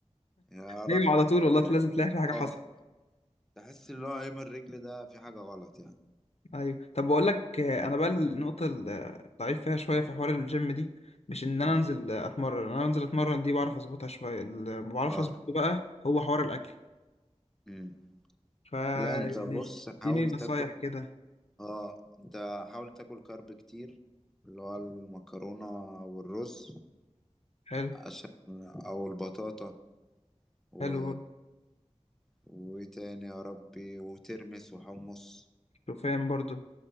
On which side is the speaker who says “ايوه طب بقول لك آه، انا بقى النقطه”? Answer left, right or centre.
Left